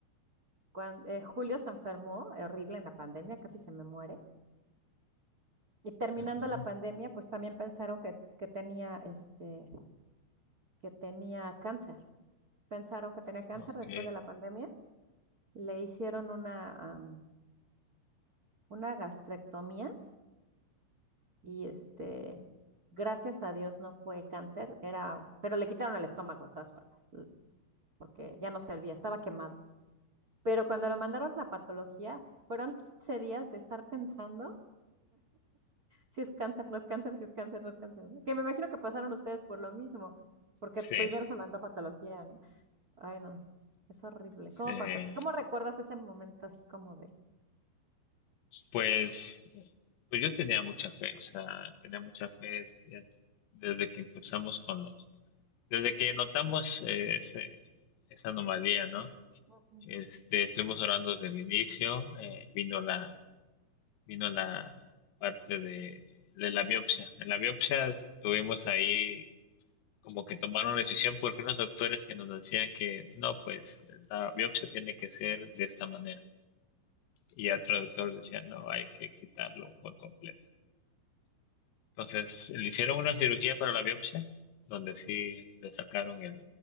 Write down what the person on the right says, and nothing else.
cuando, Julio se enfermó, horrible en la pandemia, casi se me muere. Y terminando
la pandemia, pues también pensaron que, que tenía este, que tenía cáncer. Pensaron que tenía cáncer
después de la pandemia. Le hicieron una, am, una gastrectomía y este, gracias a Dios no fue cáncer, era, pero le quitaron el estómago de todas formas, l- porque ya no servía, estaba quemado. Pero cuando lo mandaron a patología, fueron 15 días de estar pensando si es cáncer, no es cáncer, si es cáncer, no es cáncer, ¿no? Que me imagino que pasaron ustedes por lo mismo, porque
primero se mandó a patología, ¿no? Ay, no, es horrible.
¿Cómo pasa? ¿Cómo recuerdas ese momento así como de...
"Mm, mm,